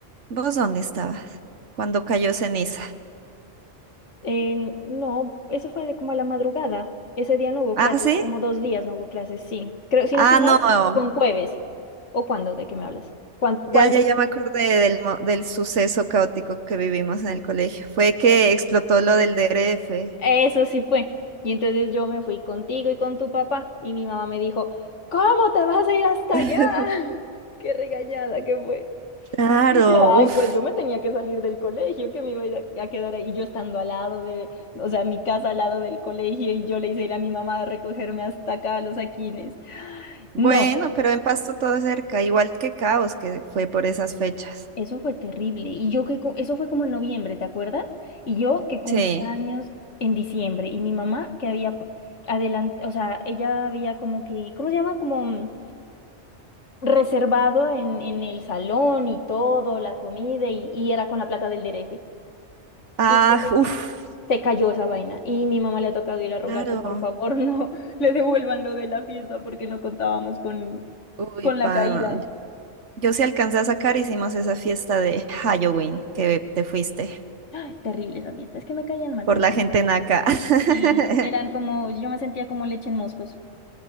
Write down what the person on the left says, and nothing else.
Eh, no, eso fue de como a la madrugada. Ese día no hubo
clases,
como dos días no hubo clases, sí. Creo, si
no estoy mal,
con jueves. ¿O cuándo? ¿De qué me hablas? ¿Cuán-
¿Cuál,
Eso sí fue. Y entonces yo me fui contigo y con tu papá y mi mamá me dijo, ¿cómo te vas a ir hasta
allá? <laughs> Qué regañada que fue.
Y yo, ay,
pues yo me tenía que salir del colegio, que me iba a ir a, a quedar ahí, y yo estando al lado de, o sea, mi casa al lado del colegio, y yo le hice ir a mi mamá a recogerme hasta acá a los Aquines. <gasps>
No,
Eso fue terrible. Y yo que cu- eso fue como en noviembre, ¿te acuerdas? Y yo que cumplía
años en diciembre y mi mamá que había adelante, o sea, ella había como que, ¿cómo se llama? Como mm, reservado en, en el salón y todo, la comida y, y era con la plata del DRF.
Y entonces
se cayó esa vaina y mi mamá le ha tocado ir a rogar
que por favor no <laughs> le devuelvan lo de la fiesta porque no contábamos con,
con
la caída.
¡Ay! terrible esa fiesta. Es que me caían mal
todos
mis amigos.
Sí, eran como, yo me sentía como leche en moscos.